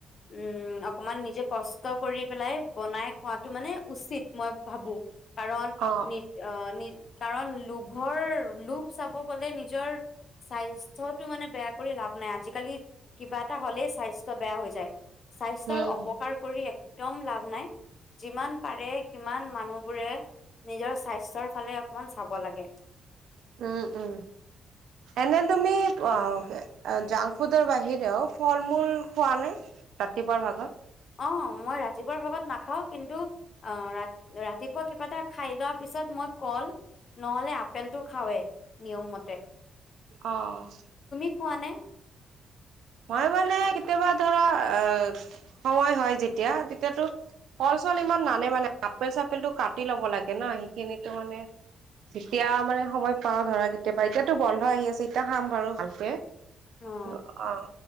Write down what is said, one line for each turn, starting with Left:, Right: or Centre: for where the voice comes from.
Left: উম‌ উম অকনমান নিজে কষ্ট কৰি পেলাই বনাই খোৱাটো মানে উচিত মই ভাবোঁ। কাৰণ
Right: অ',
Left: নিজ অহ নি কাৰণ লোভৰ লোভ চাব গ'লে নিজৰ স্বাস্থ্যটো মানে বেয়া কৰি লাভ নাই। আজিকালি কিবা এটা হ'লেই স্বাস্থ্য বেয়া হৈ যায় স্বাস্থ্যৰ
Right: উম,
Left: অপকাৰ কৰি এক দম লাভ নাই। যিমান পাৰে সিমান মানুহবোৰে নিজৰ স্বাস্থ্যৰ ফালে অকনমান চাব লাগে
Right: উম উম, এনেও তুমি অহ জাংক ফুডৰ বাহিৰেও ফল-মূল খোৱানে ৰাতিপুৱাৰ ভাগত
Left: অঁ মই ৰাতিপুৱা ভাগত নাখাও। ‌ কিন্তু অঁ ৰাতিপুৱা কিবা এটা খাই লোৱাৰ পিছত মই কল নহলে আপেলটো খাওৱেই নিয়ম মতে।
Right: অঁ।
Left: খোৱানে?
Right: মই মানে কেতিয়াবা ধৰা অ সময় হয় যেতিয়া তেতিয়াতো ফল-চল ইমান নানে মানে আপেল-চাপেলটো কাটি লব লাগে না সেইখিনিটো মানে যেতিয়া মানে সময় পাও ধৰা কেতিয়াবা এতিয়াতো বন্ধ আহি আছে এতিয়া খাম বাৰু ভালকে। <unintelligible>
Left: অ',
Right: অঁ